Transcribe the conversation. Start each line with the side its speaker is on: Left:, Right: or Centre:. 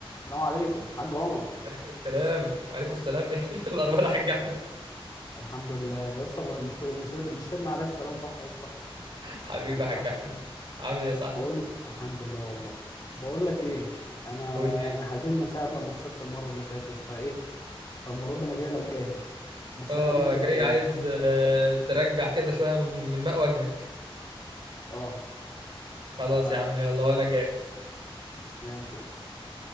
Left: السلام عليكم حاج عمر
Right: وعليكم الكلام وعليكم السلام <laughs> ايه الاخبار يا حاج احمد
Left: الحمد لله يا اسطى ما- مش تر... مش تر... مش ترمي عليا السلام صح يا اسطى
Right: حبيبي
Left: ماشي
Right: يا حاج
Left: يا عم
Right: احمد عامل ايه يا صاحبي
Left: بقول الحمد لله والله بقول لك ايه انا
Right: قول لي
Left: يعني
Right: ايه
Left: حزين من ساعه لما خسرت المره اللي فاتت فايه فالمره دي انا جاي لك جاهز بس
Right: اه
Left: خليك تبدا
Right: جاي عايز
Left: انت
Right: آه، ترجع كده شويه من من ماء وجهك
Left: اه
Right: خلاص
Left: ف
Right: يا عم يلا وانا جاهز
Left: ماشي يا اسطى